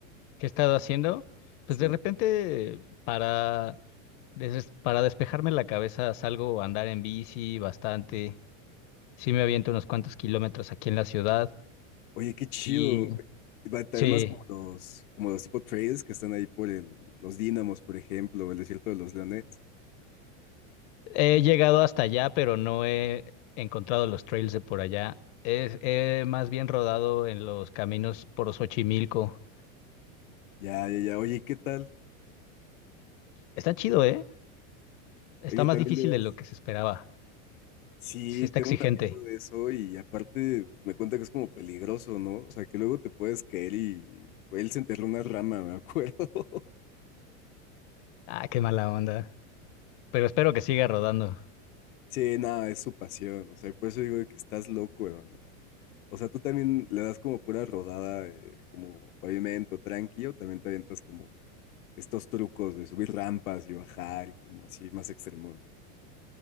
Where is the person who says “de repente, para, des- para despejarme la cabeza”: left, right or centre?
Left